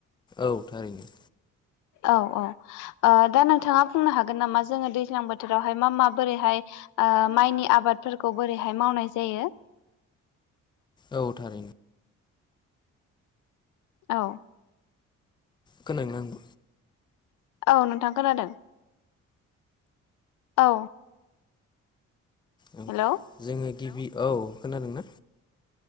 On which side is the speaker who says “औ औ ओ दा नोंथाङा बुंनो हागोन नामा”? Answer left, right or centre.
Left